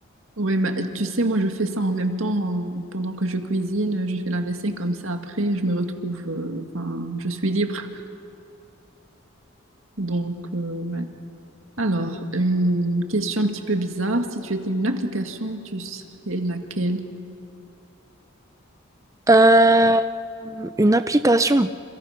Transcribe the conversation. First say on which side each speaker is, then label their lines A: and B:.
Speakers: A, on the right; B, on the right.
A: Oui, mais tu sais, moi je fais ça en même temps, euh, pendant que je cuisine, je fais la vaisselle comme ça. Après, je me retrouve, euh, enfin, je suis libre. Donc, euh, ouais. Alors, une question un petit peu bizarre. Si tu étais une application, tu serais laquelle?
B: Euh, une application.